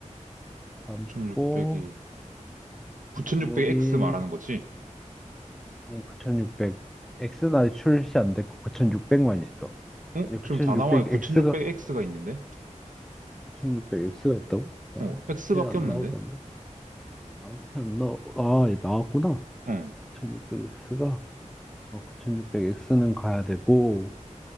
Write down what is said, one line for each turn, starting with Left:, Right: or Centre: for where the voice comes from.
Centre: 담고
Right: 1600이, 9600X
Centre: 메모리
Right: 말하는 거지?
Centre: 음, 9600 X나 출시 안 됐고 9600만 있어.
Right: 어?
Centre: 이제 9600
Right: 지금 다 나와요.
Centre: X가
Right: 9600X가 있는데?
Centre: 9600 X가 있다고? 나한테
Right: 어, X밖에
Centre: 안
Right: 없는데?
Centre: 나오던데. 나한테 안 나오. 아, 얘 나왔구나.
Right: 어,
Centre: 9600 X가. 어, 9600 X는 가야 되고